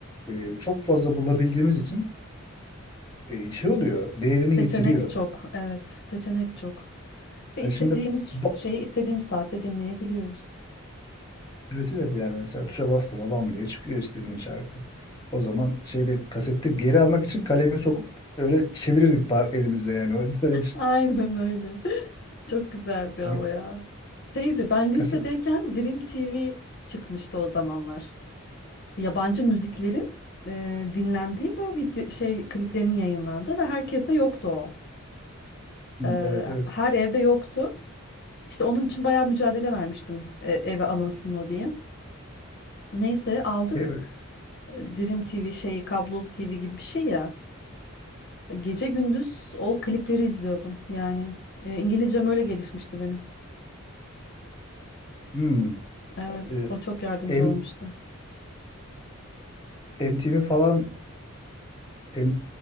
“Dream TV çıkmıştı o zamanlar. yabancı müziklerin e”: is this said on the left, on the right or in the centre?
Left